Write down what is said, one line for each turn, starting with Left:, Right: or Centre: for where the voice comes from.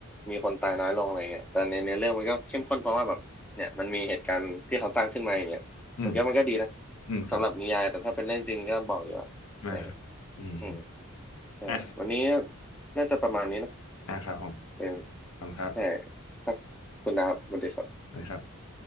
Centre: มีคนตายน้อยลงอะไรเงี้ยแต่ในในเรื่องมันก็เข้มข้นเพราะว่าแบบเนี่ยมันมีเหตุการณ์ที่เขาสร้างขึ้นมาอย่างเงี้ยผมคิดว่ามันก็ดีนะ
Left: อืมอืมครับ
Centre: สำหรับนิยายแต่ถ้าเป็นเรื่องจริงก็บอกดีกว่าอะไรเงี้ย
Left: มาครับอืม
Centre: อืม ใช่วันนี้
Left: อ่ะ
Centre: น่าจะประมาณนี้นะ
Left: อ่ะครับผม
Centre: เออ
Left: ขอบคุณครับ
Centre: ใช่ครับ คุณดาบสวัสดีครับ
Left: สวัสดีครับ